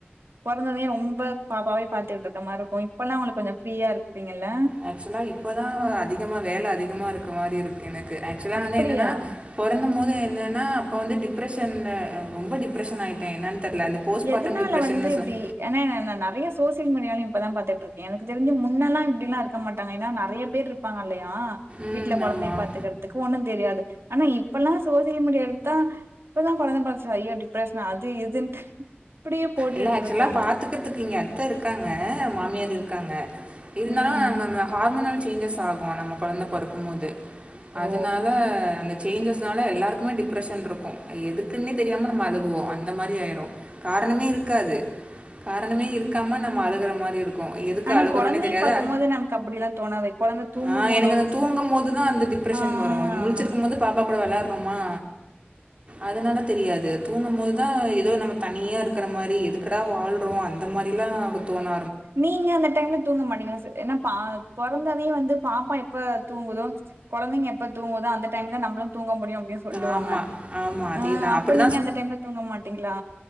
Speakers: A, on the right; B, on the right.
A: பொறந்ததைம் ரொம்ப பாப்பாவே பாத்துகிட்டு இருக்க மாறி இருக்கும் இப்பெல்லா உங்களுக்கு கொஞ்சம் ஃப்ரீயா இருப்பீங்கல்ல
B: ஆக்சுவலா இப்பதா அதிகமா வேல அதிகமா இருக்க மாறி இருக்கு எனக்கு ஆக்சுவலா
A: அப்படியா
B: வந்து என்னன்னா பொறந்தபோது என்னன்னா அப்போ வந்து டிப்ரெஷன் ரொம்ப டிப்ரஷன் ஆயிடும் த என்னன் தெர்ல அந்த போஸ்ட்மார்டம்
A: எதனால
B: டிப்ரஷன்
A: வந்து இப்டி
B: சொன்
A: ஏன்னா நா நறைய சோசியல் மீடியாவியலயு இப்பதா பார்த்துட்ருக்க எனக்கு தெரிஞ்ச முன்னல்லா இப்டில்லா இருக்க மாட்டாங்க ஏன்னா நெறைய பேர் இருப் இருப்பாங்க இல்லையா
B: ம்
A: வீட்ல கொழந்தைய
B: ஆமாம்
A: பாத்துக்கற அதுக்கு ஒண்ணு தெரியாது ஆனா இப்பல்லா சோசியல் மீடியா எடுத்தா இப்பதா கொழந்த பொறந்துச்சா ஐயோ டிப்ரஷன் அது இதுன்ட்டு இப்டியே போட்டுட்ருக்காங்க.
B: இல்ல ஆக்சுவலா பாத்துக்குறதுக்கு இங்க அத்த இருக்காங்க மாமியார் இருக்காங்க இருந்தாலு
A: ம்.
B: நம்ம ஹார்மோனல் சேஞ்சஸ் ஆகும் நம்ம கொழந்த பொறக்கும் போது
A: ஓ!
B: அதனால அந்த சேஞ்சஸ்னால எல்லாருக்குமே டிப்ரஷன் இருக்கும் எதுக்குன்னே தெரியாம நம்ம அழுகுவோ அந்த மாறி ஆயிடும் காரணமே இருக்காது காரணமே இருக்காம நம்ம அழுகுற மாறி இருக்கும் க்கும் எதுக்கு
A: ஆனா
B: அழுகுறோனே
A: கொழந்தைய
B: தெரியாதா
A: பாக்கும்போது நமக்கு அப்டிலாம் தோணாது. கொழந்த தூங்கும்போதோ
B: ஆ எனக்கு அந்த தூங்கும் போது தா அந்த டிப் டிப்ரெஷன்
A: ஆ.
B: வரும் முழிச்சிருக்கும் போது பாப்பா கூட வெளாயாறோமா அதனால தெரியாது தூங்கும் போதுதா எதோ நம்ம தனியா இருக்குற மாறி றி எதுக்குடா வாழ்றோ அந்த மாறிலா தோன
A: நீங்க அந்த டைம்ல தூங்க மாட்டங்களா சார் ஏன்னா பொறந்தொனே வந்து பாப்பா எப்ப தூங்குதோ கொழந்தைங்க எப்ப தூங்குதோ அந்த டைம் தா நம்மளும் தூங்க முடியும் அப்டியும் சொல்லுவாங்க
B: ஆமாம் ஆமாம் அதே
A: அ
B: தான்
A: அப்ப
B: அப்படி
A: நீங்க அந்த டைம்ல தூங்க மாட்டீங்களா